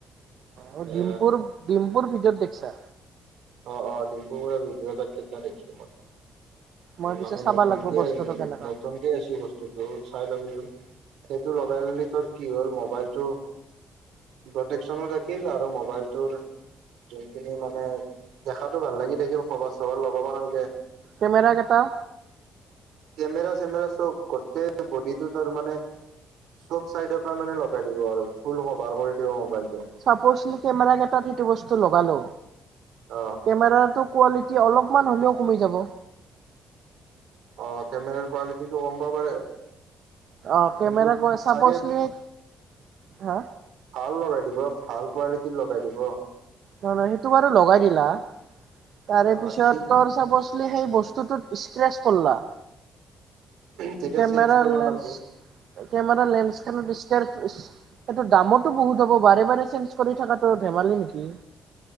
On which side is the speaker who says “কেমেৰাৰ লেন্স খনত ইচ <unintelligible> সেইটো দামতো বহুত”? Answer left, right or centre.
Right